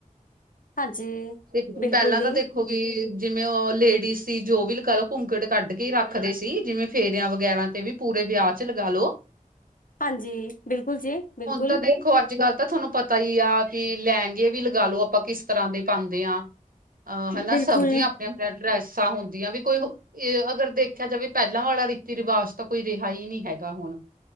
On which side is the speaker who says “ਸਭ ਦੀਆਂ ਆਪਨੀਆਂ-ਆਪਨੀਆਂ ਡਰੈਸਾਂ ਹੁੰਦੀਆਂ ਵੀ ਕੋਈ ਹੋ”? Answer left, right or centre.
Right